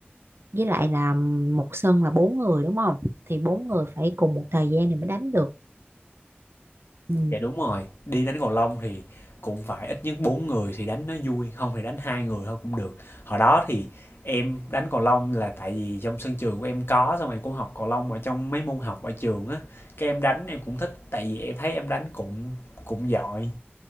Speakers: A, on the right (about 80°); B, on the left (about 75°).
A: với lại là một sân là bốn người đúng không thì bốn người phải cùng một thời gian thì mới đánh được ừ.
B: dạ đúng rồi đi đánh cầu lông thì cũng phải ít nhất bốn người thì đánh nó vui không thì đánh hai người thôi cũng được hồi đó thì em đánh cầu lông là tại vì trong sân trường của em có xong rồi cũng học cầu lông ở trong mấy môn học ở trường á cái em đánh em cũng thích tại vì em thấy em đánh cũng cũng giỏi